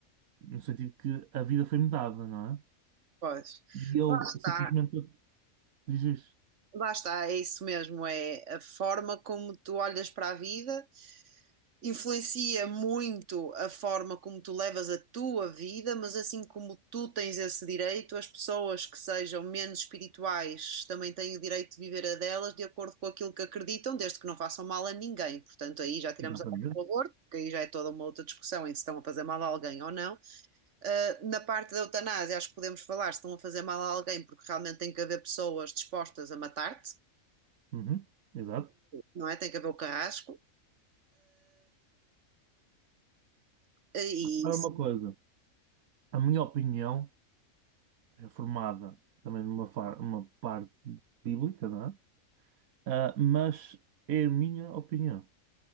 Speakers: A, on the right; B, on the right.
A: No sentido que a vida foi-me dada, não é?
B: pois.
A: E eu
B: Lá está,
A: simplesmente dizes.
B: lá está, é isso mesmo, é a forma como tu olhas para a vida influencia muito a forma como tu levas a tua vida, mas assim como tu tens esse direito, as pessoas que sejam menos espirituais também têm o direito de viver a delas de acordo com aquilo que acreditam, desde que não façam mal a ninguém. Portanto, aí já tiramos
A: Exatamente.
B: a parte do aborto, porque aí já é toda uma outra discussão em se estão a fazer mal a alguém ou não. Ah, na parte da eutanásia, acho que podemos falar se estão a fazer mal a alguém, porque realmente tem que haver pessoas dispostas a matar-te.
A: Uhum, exato.
B: Não é? Tem que haver o carrasco. Ah, e
A: Agora uma coisa. A minha opinião é formada também numa far, uma parte bíblica, não é? Ah, mas é a minha opinião,